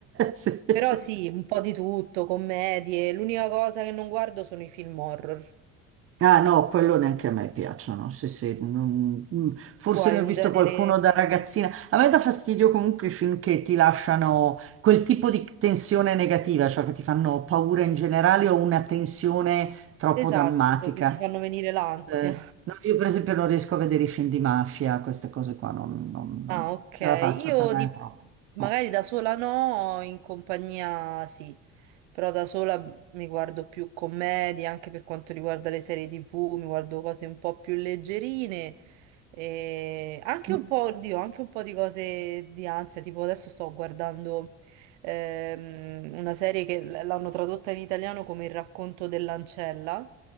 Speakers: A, on the right; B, on the right.
A: <laughs> sì.
B: Però sì, un po' di tutto, commedie, l'unica cosa che non guardo sono i film horror.
A: Ah no, quello neanche a me piacciono, sì, sì, non- mm, forse
B: Tu hai
A: ne ho
B: un
A: visto
B: genere
A: qualcuno da ragazzina. A me dà fastidio comunque i film che ti lasciano quel tipo di tensione negativa, cioè che ti fanno paura in generale o una tensione troppo
B: esatto
A: drammatica.
B: che ti fanno venire l'ansia.
A: Eh, no, io per esempio non riesco a vedere i film di mafia, queste cose qua, non, non- non
B: Ah, ok.
A: ce la faccio,
B: Io
A: per me
B: di-
A: è troppo.
B: magari
A: no.
B: da sola no, in compagnia sì, però da sola mi guardo più commedie, anche per quanto riguarda le serie TV, mi guardo cose un po' più leggerine e anche
A: Mm,
B: un po', oddio, anche un po' di cose di ansia, tipo adesso sto guardando ehm, una serie che l- l'hanno tradotta in italiano come Il racconto dell'ancella.